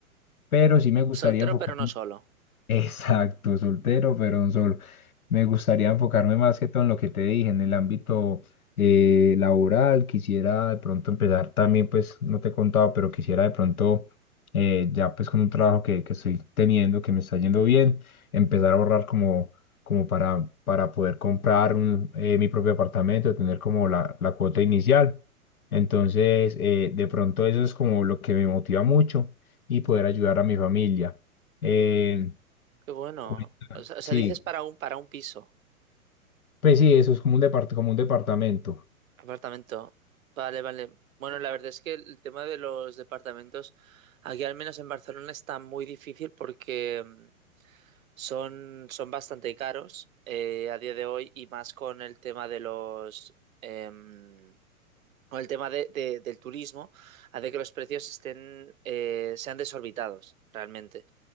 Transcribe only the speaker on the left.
pero sí me gustaría
enfocarme
Exacto, soltero, pero un solo. Me gustaría enfocarme más que todo en lo que te dije, en el ámbito eh, laboral. Quisiera de pronto empezar también, pues no te he contado, pero quisiera de pronto, eh, ya pues con un trabajo que, que estoy teniendo, que me está yendo bien, empezar a ahorrar como, como para, para poder comprar un, eh, mi propio apartamento, tener como la, la cuota inicial. Entonces, eh, de pronto eso es como lo que me motiva mucho y poder ayudar a mi familia. Eh,
cuesta-
sí,
pues sí, eso es como un, depart- como un departamento.